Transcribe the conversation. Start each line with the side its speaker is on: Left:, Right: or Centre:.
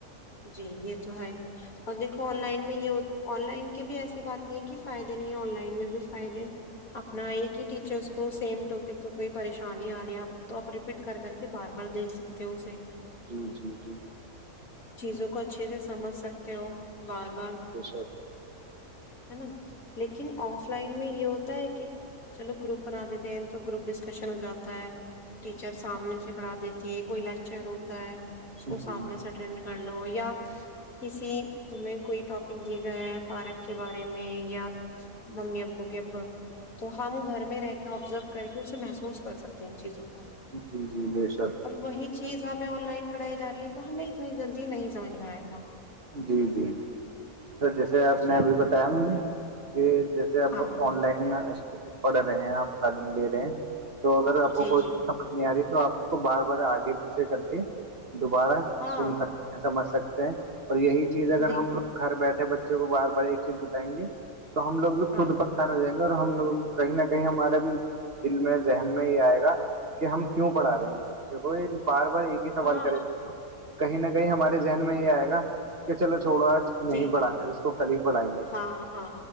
Left: جی یہ تو ہے اور دیکھو آن لائن میں یہ آن لائن کے بھی ایسی بات نہیں کہ فائدے نہیں آن لائن بھی فائدے
Right: ہیں
Left: اپنا ایک ہی ٹیچر کو سیم ٹاپک کو کوئی پریشانی آ رہی ہے آپ کو تو آپ ریپیٹ کر کر کے بار بار دیکھ سکتے ہو اسے
Right: جی جی جی
Left: چیزوں کو اچھے سے سمجھ سکتے ہو بار بار
Right: بے شک
Left: ہوں لیکن آف لائن میں یہ ہوتا ہے کہ چلو گروپ بنا دیتے ہیں تو گروپ ڈسکشن ہو جاتا ہے ٹیچر سامنے پڑھا دیتی ہے کوئی لیکچر ہوتا ہے اس کو
Right: جی
Left: سامنے سٹینڈ کر لو یا کسی تمہیں کوئی ٹاپک دیاے گیا ہے پارک کے بارے میں یا ممی ابو کے ابو تو ہم گھر میں رہ کے آبزرو کر کے اسے محسوس کر سکتے ان چیزوں کو
Right: جی جی بے شک
Left: اور وہی چیز ہمیں آن لائن پڑائی ج رہی ہے تو ہمیں اتنی جلدی جی نہیں سمج میں آئے گا
Right: جی جی سر جیسے آپ
Left: جی
Right: نے ابھی بتایا مجھے کہ جیسے اب
Left: ہاں
Right: آن لائن پڑھ رہے ہیں آپ تعلیم لے رہے ہیں تو اگر آپ کو
Left: جی
Right: کوئی
Left: جی
Right: سمج نہیں آ رہی تو آپ اس کو بار بار آگے پیچھے کر کے دوبارہ
Left: ہاں
Right: سن سکتے ہیں سمجھ سکتے <inaudible> اور یہی چیز اگر
Left: جی
Right: ہم گھر بیٹھے بچے کو بار بار ایک چیز بتائیں گے تو ہم لوگ بھی
Left: ہاں
Right: خود پریشان ہو جائیں گے ہم لوگ کہیں نہ کہیں ہمارے بھی دل میں ذہن میں یہ آئے گا کہ ہم کیوں پڑھا رہے ہیں اس بچے کو بارار بار ایک ہی سوال
Left: ہاں
Right: کرے کہیں نہ کہیں ہمارے ذہن میں یہ آئے گا کہ چلو چھوڑو آج نہیں
Left: جی
Right: پڑھانا ہے اس کو کل ہی پڑھائیں گے
Left: ہاں ہاں